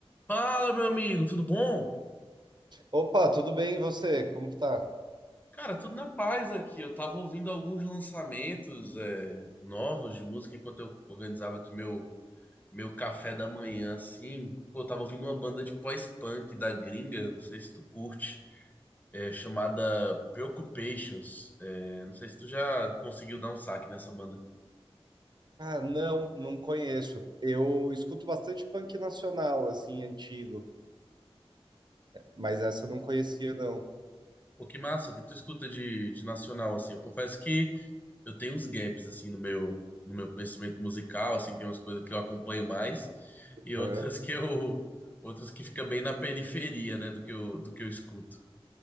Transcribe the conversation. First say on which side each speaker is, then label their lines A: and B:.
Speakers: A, on the left; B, on the right.
A: Fala, meu amigo, tudo bom?
B: Opa, tudo bem? E você? Como que tá?
A: Cara, tudo na paz aqui. Eu tava ouvindo alguns lançamentos é, novos de música enquanto eu organizava aqui meu, meu café da manhã, assim. Pô, eu tava ouvindo uma banda de pós-punk da gringa, não sei se tu curte, é, chamada Preoccupations. É, não sei se tu já conseguiu dar um saque nessa banda.
B: Ah, não, não conheço. Eu escuto bastante punk nacional, assim, antigo, mas essa eu não conhecia, não.
A: Pô, que massa, o que tu escuta de, de nacional, assim. Eu confesso que. eu tenho uns gaps assim no meu no meu conhecimento musical, assim, tem umas coisas que eu acompanho mais e outras
B: Aham.
A: que eu outras que fica bem na periferia, né, do que eu do que eu escuto.